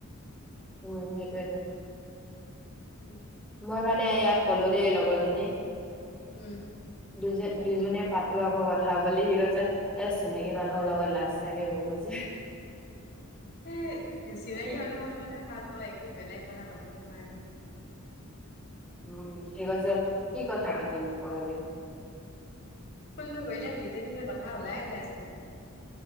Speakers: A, in the centre; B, on the left.
A: উম্, সেইটোৱেইটো
B: ইপিনে
A: মই মানে ইয়াক কলো দেই লগৰজনীক।
B: উম্,
A: দুইজনী দুইজনীয়ে পাতো আকৌ কথা বুলি, সি কৈছে- এ চিনাকী মানুহৰ লগত লাজ লাগে মোৰ কৈছে,
B: এ চিনাকি
A: কি
B: মানুহৰ লগতহে ভাল আকৌ একো বেলেগ কথা পাতিব নোৱাৰি।
A: উম্, সি কৈছে কি কথা পাতিম বোলে।
B: ফোনটো কৰিলে, নিজে নিজে কথা ওলাই যায়চোন।